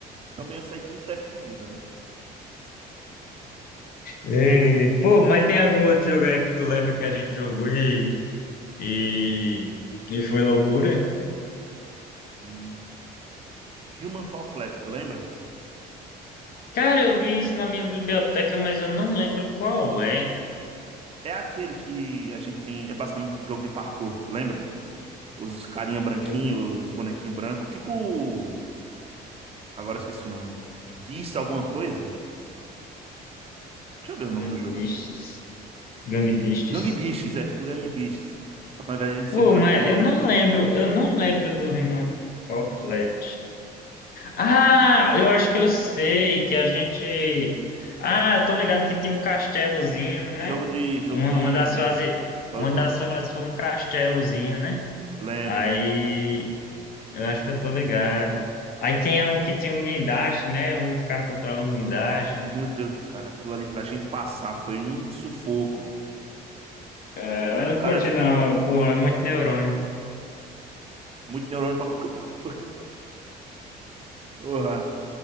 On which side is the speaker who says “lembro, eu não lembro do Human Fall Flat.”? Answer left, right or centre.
Left